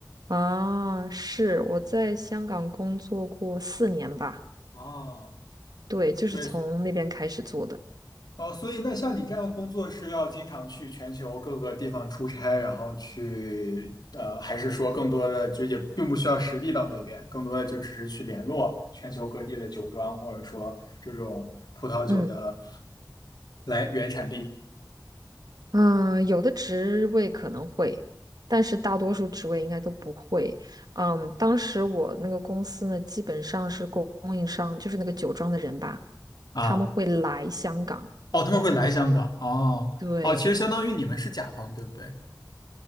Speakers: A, on the right (about 60°); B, on the left (about 65°).
A: 啊，是我在香港工作过四年吧，
B: 啊。
A: 对，就是从那边开始做的，
B: 对，哦，所以那像你这样工作是要经常去全球各个地方出差，然后去，呃，还是说更多的就也并不需要实地到那边，更多的就只是去联络全球各地的酒庄，或者说这种葡萄酒的
A: 嗯
B: 来原产地。
A: 嗯，呃有的职位可能会，但是大多数职位应该都不会。嗯，当时我那个公司呢，基本上是供供应商，就是那个酒庄的人吧，
B: 啊，
A: 他们会来香港，
B: 哦，他们会来香港，哦，
A: 对，
B: 哦，其实相当于你们是甲方，对不对？